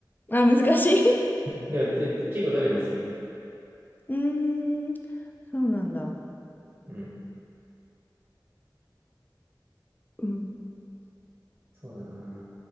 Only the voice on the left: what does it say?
あ、難しい。
<laughs> うーん、そうなんだ。
うん。